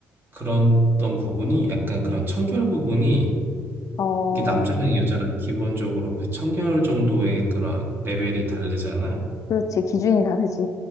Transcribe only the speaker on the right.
그랬던 부분이 약간 그런 청결 부분이
이게 남자랑 여자랑 기본적으로 그 청결 정도의 그런 레벨이 다르잖아.